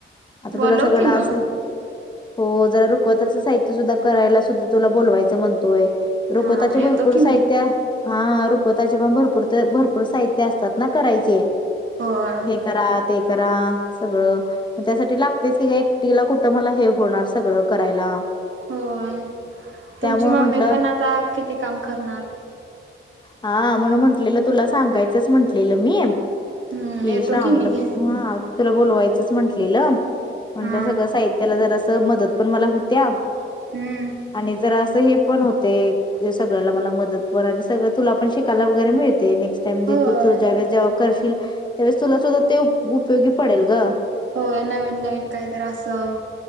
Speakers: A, on the left; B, on the right.
A: आता
B: बोलव
A: तुला सगळं
B: की
A: डान्स
B: मग
A: हो जरा रुखवताचं साहित्य सुद्धा करायला सुद्धा तुला बोलवायचं म्हणतोय. रुखवताचे
B: हा
A: भरपूर
B: येतो की मी
A: साहित्य हा रुकवताचे पण भरपूर- भरपूर साहित्य असतात ना, करायचे.
B: होय.
A: हे करा, ते करा सगळं. मग त्यासाठी लागतयच की गं, एकटीला कुठं मला हे होणार सगळं करायला.
B: होय,
A: त्यामुळं
B: तुमची मम्मी
A: म्हंटलं
B: पण आता किती काम करणार?
A: हा म्हणून म्हटलेलं, तुला सांगायचंच म्हटलेलं मी.
B: हम्म
A: की
B: येतो
A: श्रावणीला
B: मी घे
A: ह तुला बोलवायचंच म्हंटलेलं, म्हंटलं
B: हा
A: सगळं साहित्य त्याला जरासं मदत पण मला होत्या
B: हम्म
A: आणि जरा असं हे पण होतंय. सगळ्याला मला मदत पण आणि सगळं तुला पण शिकायला वगैरे मिळतंय नेक्स्ट टाइम जे
B: होय
A: तूज्यावेळेस जेव करशील त्यावेळेस तुला सुद्धा ते उपयोगी पडेल ग.
B: होय नवीन- नवीन कायतर असं.